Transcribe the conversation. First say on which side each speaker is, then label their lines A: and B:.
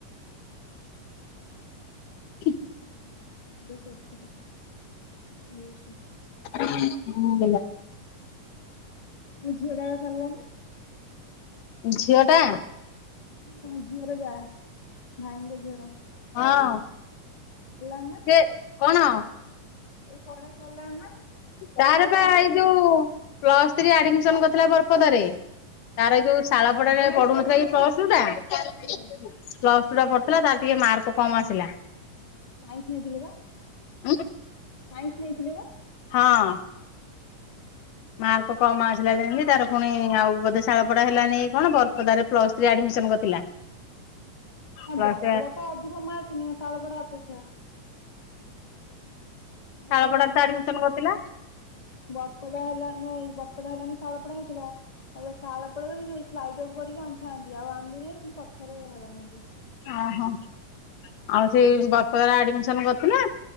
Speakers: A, on the left (about 75°); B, on the left (about 40°).
A: କି
B: <unintelligible> ଏଇ ବର୍ଷ।
A: ହୁଁ ହେଲା।
B: ମୋ ଝିଅ ଟାର ସରିଲା ନା।
A: ଝିଅଟା?
B: ହଁ ତମ ଝିଅର ଯା ଭାଇଙ୍କ ଝିଅର।
A: ହଁ।
B: ହେଲାଣିନା?
A: ଏ କଣ?
B: ପଢା ସରିଲାଣି ନା? ସେ
A: ତାରପା
B: ନା କଣ
A: ଏଇ
B: କରୁଛନ୍ତି?
A: ଯୋଉ ପ୍ଲସ ଥ୍ରୀ ଆଡମିସନ କରିଥିଲା ବରପଦାରେ ତାର
B: ହଁ
A: ଏଇ ଯୋଉ ଶାଳପଡାରେ ପଢୁନଥିଲା କି ପ୍ଲସଟୁ ଟା ପ୍ଲସ୍
B: ସେ
A: ପ୍ଲସ ଟୁ ଟା ପଢୁଥିଲା ତାର ଟିକେ ମାର୍କ କମ୍ ଆସିଲା।
B: ସାଇନ୍ସ୍ ନେଇଥିଲେ ପା।
A: ଉଁ।
B: ସାଇନ୍ସ୍ ନେଇଥିଲେ ପା।
A: ହଁ।
B: ହୁଁ।
A: ମାର୍କ କମ୍ ଆସିଲା ଯେମିତି ତାର ପୁଣି ଆଉ ବୋଧେ ଶାଳ ପଡା ହେଲାନିକି କଣ ବରପଦାରେ ପ୍ଲସ ଥ୍ରୀ ଆଡମିସନ କରିଥିଲା। ପ୍ଲସ
B: ବରପଦା ତ ଅଧିକ ମାର୍କ ନିଏ ଶାଳପଡ଼ା ଅପେକ୍ଷା। ଆଉ
A: ଶାଳପଡାରେ
B: ତାହେଲେ ବରପଦା
A: ତ ଆଡମିସନ
B: ହେଲାନି।
A: କରିଥିଲା
B: ବରପଦା ହେଲାନି ଏଇ ବରପଦା ହେଲାନି ଶାଳପଡା ହେଇଥିଲା। ତାପରେ ଶାଳପଡାରେ ସ୍ଲାଇଡ ଅଫ୍ କରିକି ଆଣିଥାନ୍ତି ଆଉ ଆଣିଲି ନାହିଁ ପୁଣି ପଛରେ ହଇରାଣ ହେଲି।
A: ଓହୋ ଆଉ ସେ ବରପଦାରେ ଆଡମିସନ କରିଥିଲା?